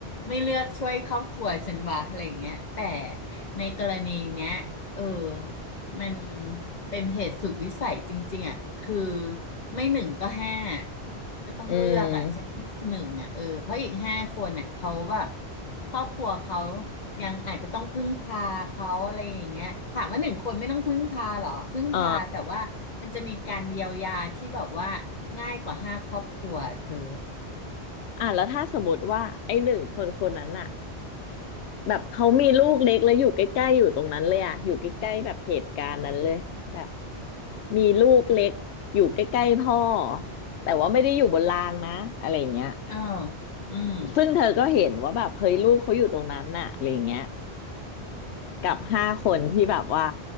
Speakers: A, on the left; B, on the left.
A: ไม่เลือกช่วยครอบครัวฉันวะอะไรอย่างเงี้ยแต่ในกรณีเนี้ยเออ มันเป็นเหตุสุดวิสัยจริงๆอ่ะคือไม่หนึ่งก็ห้าก็ต้องเลือกอ่ะฉันหนึ่งอ่ะเออเพราะอีกห้าคนอ่ะเขาแบบ
B: อืม
A: ครอบครัวเขายังอาจจะต้องพึ่งพาเขาอะไรอย่างเงี้ยถามว่าหนึ่งคนไม่ต้องพึ่งพาหรอพึ่งพาแต่ว่ามันจะมีการเยียวยาที่แบบว่า
B: อ๋อ
A: ง่ายกว่าห้าครอบครัวเธอ
B: อ่ะแล้วถ้าสมมติว่าไอ้หนึ่งคนคนนั้นอะแบบเขามีลูกเล็กแล้วอยู่ใกล้ๆอยู่ตรงนั้นเลยอะอยู่ใกล้ๆแบบเหตุการณ์นั้นเลยแบบมีลูกเล็กอยู่ใกล้ๆพ่อแต่ว่าไม่ได้อยู่บนรางนะอะไรอย่างเงี้ย
A: เอออืม
B: ซึ่งเธอก็เห็นว่าแบบเฮ้ยลูกเขาอยู่ตรงนั้นน่ะอะไรอย่างเงี้ยกับห้าคนที่แบบว่า